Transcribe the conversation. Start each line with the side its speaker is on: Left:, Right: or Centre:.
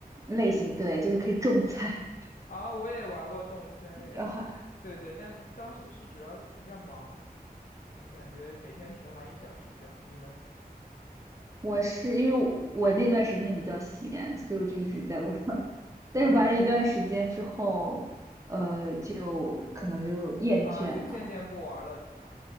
Right: 类型，对，就是可以种菜。
Left: 啊，我也玩过动森诶，
Right: <laughs> 然后
Left: 但是对对，但当时是主要比较忙，就感觉每天只能玩一小时这样。你呢？
Right: 我是因为我我那段时间比较闲，所以我就一直在玩儿。<laughs> 但是玩了一段时间之后，
Left: 啊，你
Right: 呃，就可能就厌倦了。
Left: 啊，就渐渐不玩了就这样。